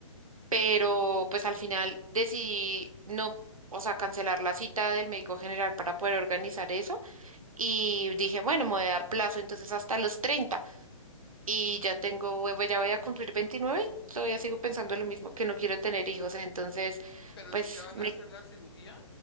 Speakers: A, on the right; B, on the left.
A: pero pues al final decidí no, o sea, cancelar la cita del médico general para poder organizar eso y dije, bueno, me voy a dar plazo entonces hasta los treinta y ya tengo, voy- ya voy a cumplir 29 y todavía sigo pensando lo mismo, que no quiero tener hijos, entonces
B: Pero
A: pues
B: si te van
A: me
B: a hacer la cirugía.